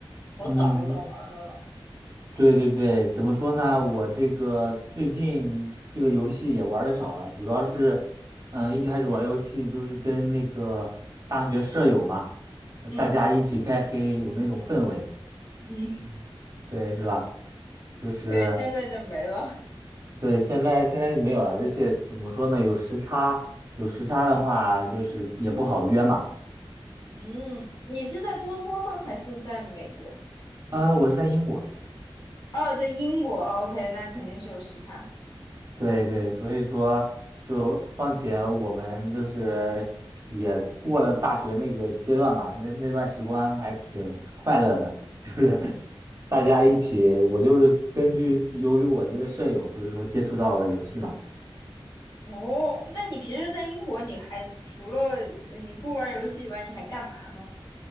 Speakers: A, on the left; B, on the right.
A: 好早好早玩的了。
B: <laughs> 嗯，对对对，怎么说呢？我这个最近这个游戏也玩的少了，主要是，嗯、一开始玩游戏就是跟那个大学舍友嘛，呃大家一起开黑，
A: 嗯
B: 有那种氛围，
A: 嗯，
B: 嗯对，是吧？就是
A: 对，现在就没了。
B: 对，现在现在就没有了，而且怎么说呢？有时差，有时差的话，
A: 嗯
B: 就是也不好约嘛。
A: 嗯，你是在多伦多吗？还是在美国？
B: 啊、我是在英国。
A: 哦，在英国。哦 OK，那肯定是有时差。
B: 对对，
A: 对，
B: 所以说就，况且我们就是也过了大学那个阶段嘛，那那段时光还挺快乐的，就是 <laughs> 大家一起，我就是根据由于我这个舍友，所以说接触到了游戏嘛。
A: 哦，那你平时在英国，你还除了呃你不玩游戏以外，你还干嘛呢？